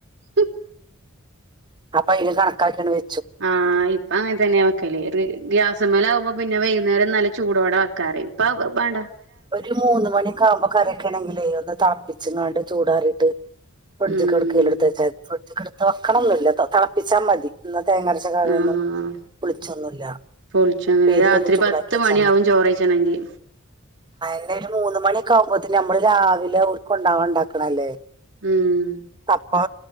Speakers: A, on the right; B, on the right.
A: ഉ
B: അപ്പൊ അല് കണക്കാക്ക വെ
A: ആഹ ഇപ്പൊ അങ്ങനെ തന്നെയ വെക്കല്േ്യാ അസമല ആകുമ്പോ പിന്നെ വൈകുന്നേരം നല്ല ചൂടോടെ വെക്കാറ് ഇപ്പ വേണ്ട
B: ഒരു മൂന്ന് മണിയക്കെ ആകുമ്പോ കരക്കണെങ്കിലേ ഒന്ന് താപ്പിച്ചച്ച് ഇങ്ങാണ്ട് ചൂടാറിട്ട് പടജ
A: ഉം
B: കടക ലത <unintelligible> വക്കണൊന്നല്ല തിളപ്പിച്ചാൽ മതി തേങ്ങരച്ച കറിയൊന്നും
A: ആഹ
B: പുളിച്ചൊന്നുമില്ല
A: പൊളിച്ചു
B: ഉപ്പേരി
A: അങ്ങനെ രാത്രി
B: ഒന്ന് ചൂടാക്കി
A: പത്ത്
B: വെച്ചാൽ
A: മണിയ
B: മതി
A: ആാവും ചോറച്ചണെങ്കി
B: പി ഒരു മൂന്ന് മണിയ ഒക്ക ആകുമ്പത്തേ നമ്മള് രാവിലെ ർക്ക ഉണ്ടാവാൻ ഉണ്ടാക്കണല്ലേ
A: ഉം
B: അപ്പൊ